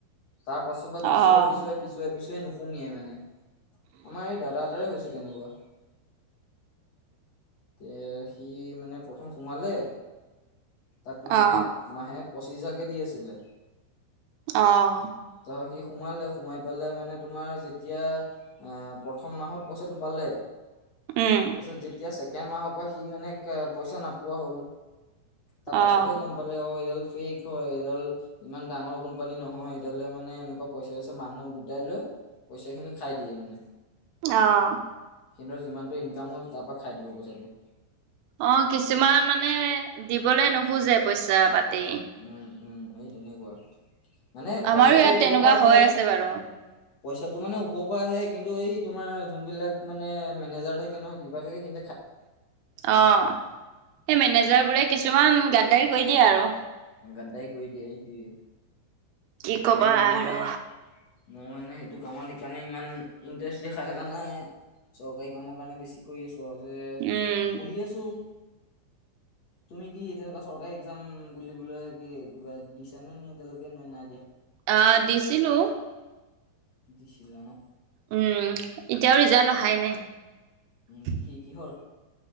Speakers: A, on the left; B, on the right.
A: তা পাছ পা
B: অ',
A: পিছুৱাই পিছুৱাই পিছুৱাই পিছুৱাই নুসুমিয়াই মানে। আমাৰ এই দাদা এটাৰে হৈছে তেনেকুৱা। এ সি মানে প্ৰথম সোমালে তাক মানে
B: অ',
A: মাহে পঁচিছ হাজাৰকে দি আছিলে।
B: অহ।
A: ত সি সোমালে সোমাই পেলাই মানে তোমাৰ যেতিয়া অ প্ৰথম মাহত পইচাটো পালে
B: উম,
A: তাৰপিছত যেতিয়া ছেকেণ্ড মাহৰ পৰা সি মানে পইচা নাপোৱা হ'ল। তাৰ পাছতেহে
B: অ',
A: গম পালে অ' এইডাল শেষ হয়, এইডাল ইমান ডাঙৰ কোম্পানী নহয়, এইডাললে মানে এনেকুৱা পইচা-পইচা মানুহ গো গটাই লৈ পইচা খিনি খাই দিয়ে মানে
B: অহ।
A: সিহঁতৰ যিমানটো ইনকাম হ'ল, তাৰপৰা খাই দিব পইচাটো।
B: অ' কিছুমান মানে দিবলৈ নোখোজে পইচা-পাতি।
A: উম উম, এই তেনেকুৱা মানে পইচাটো
B: আমাৰো ইয়াত
A: ওপৰৰ
B: তেনেকুৱা
A: পৰা আহে।
B: হৈ আছে বাৰু
A: পইচাটো মানে ওপৰ পৰা আহে কিন্তু এই তোমাৰ যোন বিলাক মানে মেনেজাৰ থাকে নহয় কিবা থাকে সেই
B: অ' সেই মেনেজাৰ বোৰে কিছুমান গাদ্দাৰ কৰি দিয়ে আৰু
A: গাদ্দাৰি কৰি দিয়ে।
B: কি
A: তাকে
B: কবা
A: মই
B: আৰু
A: মানে মই মানে সেইটো কামত সেইকাৰণে ইমান ইন্টাৰেষ্ট দেখাই থকা নাই চৰকাৰী কামৰ কাৰণে বেছি কৰি আছো। ত যে
B: উম,
A: পঢ়ি আছো। তুমি কি তেনেকুৱা চৰকাৰী একজাম বুলি বোলে কি কিবা দিছা নে, নে এতিয়ালৈকে নে নাই দিয়া।
B: আহ দিছিলো।
A: দিছিলো ন'।
B: উম' এতিয়াও ৰিজাল্ট অহাই
A: উম,
B: নাই।
A: উম, কি কিহৰ?